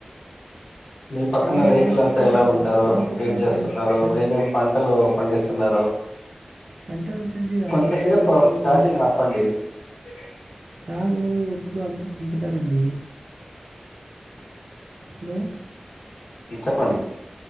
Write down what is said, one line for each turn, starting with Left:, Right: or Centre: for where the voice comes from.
Left: మీ పక్కన
Right: మా
Left: రైతులంతా
Right: మా పక్కన
Left: ఎలా
Right: ప
Left: ఉంటారు
Right: మా పక్కన
Left: ఏం చేస్తున్నారు
Right: పం పం
Left: ఏమేమి పంటలు పండి స్తున్నారు
Right: పంటలు వచ్చేసి రాగులు
Left: కొంతసేపు
Right: వడ్లు అవన్నీ
Left: చాటింగ్ ఆపండి సరే
Right: రాగులు ఒడ్లు అంతా పంపుతారండి హలో
Left: చెప్పండి